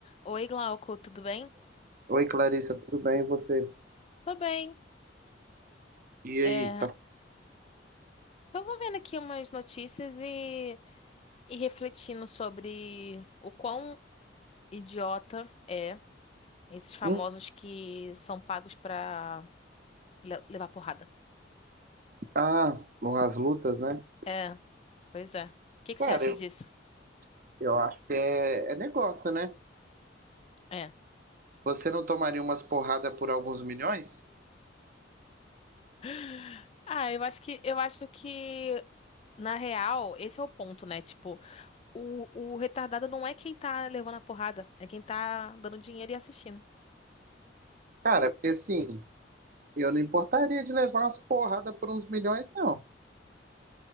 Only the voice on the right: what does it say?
Oi, Clarissa, tudo bem? E você?
E
aí, tá...
Hum,
Ah, bom, as lutas, né?
Cara,
eu,
eu acho que é, é negócio, né?
Você não tomaria umas porradas por alguns milhões?
Cara, porque assim, eu não importaria de levar umas porradas por uns milhões, não.